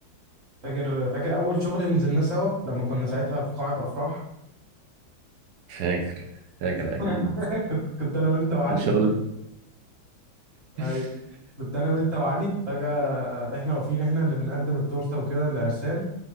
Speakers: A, on the right; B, on the right.
A: فاكر فاكر اول شغل نزلناه سوا لما كنا ساعتها في قاعة افراح
B: فاكر فاكر
A: <laughs>
B: اكيد
A: كنت كنت انا وانت وعلي
B: كان شغل <laughs>
A: ايوه كنت انا وانت وعلي فجأة احنا واقفين احنا اللي بنقدم التورته وكده لعرسان